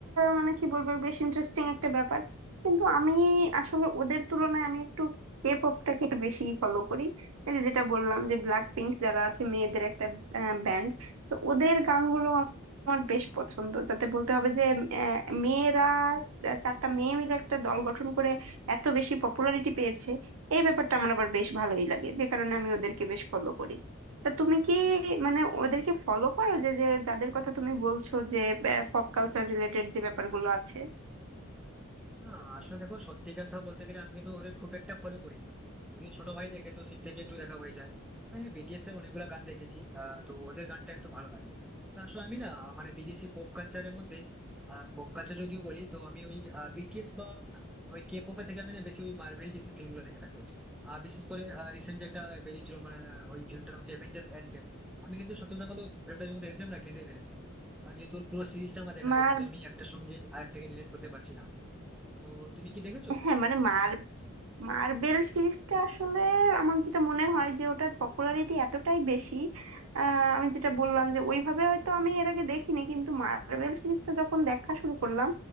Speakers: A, on the right; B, in the centre.
A: মানে কি বলবো বেশ ইন্টারেস্টিং একটা ব্যাপার কিন্তু আমি আসলে ওদের তুলনায় আমি একটু কে পপটাকে একটু বেশি ফলো করি এই যে যেটা বললাম যে ব্ল্যাক পিঙ্ক যারা আছে মেয়েদের একটা ব্যান্ড তো ওদের গানগুলো আমার বেশ পছন্দ তাতে বলতে হবে যে আহ, মেয়েরা আহ, চারটা মেয়ে মিলে একটা দল গঠন করে এত বেশি পপুলারিটি পেয়েছে এই ব্যাপারটা আমার আবার বেশ ভালোই লাগে যে কারণে আমি ওদেরকে বেশ ফলো করি তা তুমি কি মানে ওদেরকে ফলো করো যে যে যাদের কথা তুমি বলছো যে পপ কালচার রিলেটেড যে ব্যাপারগুলো আছে
B: না আসলে দেখো সত্যি কথা বলতে গেলে আমি কিন্তু ওদের খুব একটা ফলো করি না যদি ছোট ভাই দেখে তো সেই থেকে একটু দেখা হয়ে যায় মানে বিটিএস এর অনেকগুলো গান দেখেছি আহ, তো ওদের গানটা একটু ভালো লাগে তো আসলে আমি না মানে বিদেশি পপ কালচারের মধ্যে পপ কালচার যদিও বলি তো আমি ওই বিটিএস বা ওই কে পপে থেকে আমি না বেশি ওই মার্ভেল ডিসি ফিল্মগুলো দেখে থাকি আর বিশেষ করে রিসেন্ট যেটা বেরিয়েছিল মানে ওই ফিল্মটার নাম হচ্ছে অ্যাভেঞ্জার্স এন্ড গেম আমি কিন্তু সত্যি কথা বলতে ফিল্মটা যখন দেখেছিলাম না কেঁদে ফেলেছি কারণ যেহেতু ওর পুরো সিরিজটা আমার দেখা
A: মার
B: হয়েছে তো আমি একটা সঙ্গে আরেকটাকে রিলেট করতে পারছিলাম তো তুমি কি দেখেছো
A: হ্যাঁ মানে
B: এই
A: মার
B: ফিল্মটা
A: মার্বেল সিরিজটা আসলে আমার যেটা মনে হয় যে ওটার পপুলারিটি এতটাই বেশি আহ, আমি যেটা বললাম যে ওইভাবে হয়তো আমি এর আগে দেখিনি কিন্তু মার্বেল সিরিজটা যখন দেখা শুরু করলাম